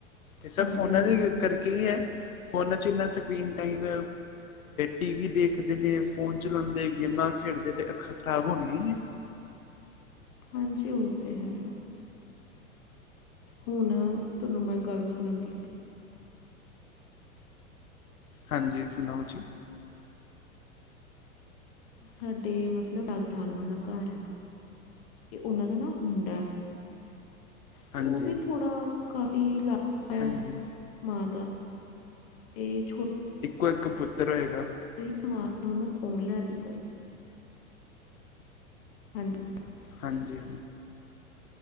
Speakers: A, on the left (about 85°); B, on the left (about 50°).
A: ਇਹ ਸਭ
B: ਹਾਂਜੀ-ਹਾਂਜੀ,
A: ਫੋਨਾਂ ਦੇ
B: ਹਾਂਜੀ
A: ਕਰਕੇ ਕੀ ਹੈ ਫੋਨਾਂ ਚ ਇੰਨਾ ਸਕਰੀਨ ਟਾਈਮ ਟੀ ਵੀ ਦੇਖਦੇ ਨੇ, ਫੋਨ ਚਲਾਉਂਦੇ ਗੇਮਾਂ ਖੇਡਦੇ ਤੇ ਅੱਖਾਂ ਖ਼ਰਾਬ ਹੋਣੀਆਂ ਈ ਆ।
B: ਹ ਹਾਂਜੀ ਉਹ ਤੇ ਹੈ। ਹੁਣ ਤੁਹਾਨੂੰ ਮੈਂ ਗੱਲ ਸੁਣਾਦੀ ਆ।
A: ਹਾਂਜੀ, ਸੁਣਾਓ ਜੀ।
B: ਸਾਡੇ ਮਤਲਬ ਦਾਲ ਵਾਲਾ ਘਰ ਹੈ ਇਹ, ਉਹਨਾਂ ਦਾ ਨਾ ਮੁੰਡਾ ਤੇ,
A: ਹਾਂਜੀ
B: ਉਹ ਵੀ ਥੋੜ੍ਹਾ, ਕਾਫੀ ਅਲਗ ਹੈ।
A: ਹਾਂਜੀ
B: ਮਾਂ ਦਾ, ਏ ਛੋਟ
A: ਇੱਕੋ ਇੱਕ ਪੁੱਤਰ ਹੋਏਗਾ।
B: <unintelligible> ਓਨੂੰ ਫੋਨ ਲੈ ਦਿੱਤਾ। ਹਾਂਜੀ
A: ਹਾਂਜੀ।